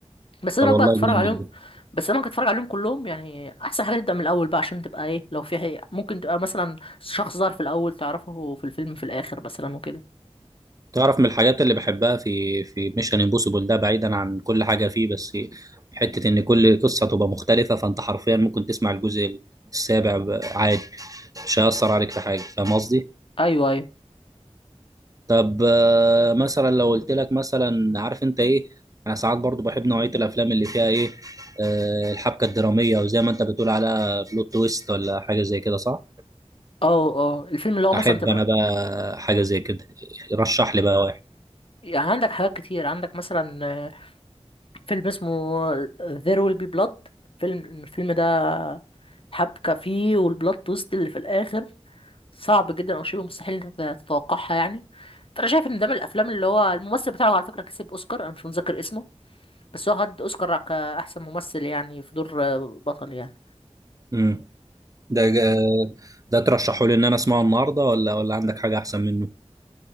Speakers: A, on the left; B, on the right.
A: بس انا
B: طب والله
A: بقى تتفرج
B: جامد
A: عليهم
B: ده
A: بس انا ممكن تتفرج عليهم كلهم يعني احسن حاجة تبدأ من الاول بقى عشان تبقى ايه لو في حقيقة. ممكن تبقى مثلا شخص ظهر في الاول تعرفه في الفيلم في الاخر مثلا وكده
B: تعرف من الحاجات اللي بحبها في في ميشن امبوسيبل ده بعيدا عن كل حاجه فيه بس حته ان كل قصه تبقى مختلفه فانت حرفيا ممكن تسمع الجزء السابع ب- عادي مش هيأثر عليك في حاجه فاهم قصدي
A: ايوه ايوه
B: طب آه، مثلا لو قلت لك مثلا عارف انت ايه انا ساعات برضو بحب نوعية الافلام اللي فيها ايه آه، الحبكة الدرامية او زي ما انت بتقول على بلوت تويست ولا حاجة زي كده صح
A: اه اه الفيلم اللي هو مثلا
B: احب
A: تبقى
B: انا بقى حاجة زي كده رشح لي بقى واحد
A: يعني عندك حاجات كتير عندك مثلا آه، فيلم اسمه There Will Be Blood فيلم الفيلم ده حبكة فيه والبلوت تويست اللي في الآخر صعب جدا أو شبه مستحيل إن أنت تتوقعها يعني فأنا شايف إن ده من الأفلام اللي هو الممثل بتاعه على فكرة كسب أوسكار أنا مش متذكر اسمه بس هو خد أوسكار كأحسن ممثل يعني في دور آه، بطل يعني
B: امم ده جا- ده ترشحه لي ان انا اسمعه النهارده ولا ولا عندك حاجة احسن منه